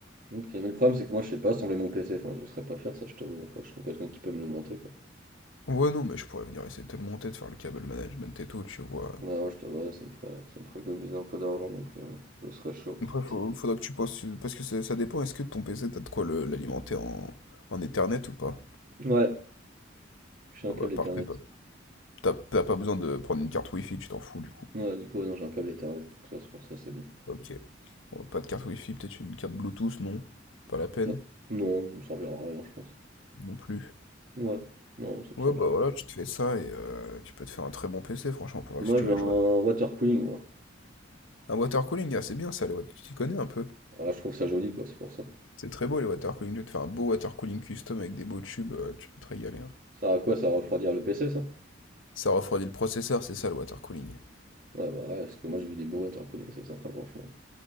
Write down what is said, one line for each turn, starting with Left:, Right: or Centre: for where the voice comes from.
Right: OK, mais le problème c'est que moi je sais pas assembler mon PC, enfin je ne saurais pas faire ça je t'avoue, donc faudrait que je trouve quelqu'un qui peut me le monter quoi.
Left: Ouais, non, mais je pourrais venir essayer de te le monter, de faire le câble management et tout, tu vois.
Right: Ouais, ouais, je t'avoue, là, ça me ferait, ça me ferait économiser un peu d'argent, donc euh, je serais chaud.
Left: Après, faut,
Right: Ça-
Left: faudra que tu penses, parce que ça ça dépend, est-ce que ton PC, t'as de quoi le- l'alimenter en, en Ethernet ou pas?
Right: Ouais, j'ai un
Left: Bon,
Right: câble
Left: bah,
Right: Ethernet.
Left: parfait, pas- t'as t'as pas besoin de prendre une carte Wi-Fi, tu t'en fous du coup.
Right: Ouais, du coup, ouais, non, j'ai un câble Ethernet, donc ça, c'est pour ça, c'est bon.
Left: Ok. Bon, pas de carte Wi-Fi, peut-être une carte Bluetooth, non? Pas la peine,
Right: Ça- Non, ça me servira à rien, je pense.
Left: non plus.
Right: Ouais, non, ça me
Left: Ouais,
Right: servira
Left: bah
Right: pas.
Left: voilà, tu te fais ça et euh, tu peux te faire un très bon PC, franchement, pour
Right: Moi,
Left: la si tu
Right: j'ai
Left: veux
Right: un
Left: jouer.
Right: water cooling, moi.
Left: Un watercooling, ah, c'est bien ça, les wat- tu t'y connais un peu.
Right: Ouais, je trouve ça joli, quoi, c'est pour ça.
Left: C'est très beau les watercooling, tu te fais un beau watercooling custom avec des beaux tubes, euh, tu peux te régaler. hein.
Right: Ça à quoi? Ça va refroidir le PC, ça?
Left: Ça refroidit le processeur, c'est ça le watercooling.
Right: Ouais, bah ouais, parce que moi, j'ai vu des beaux water cooling, c'est sympa, franchement.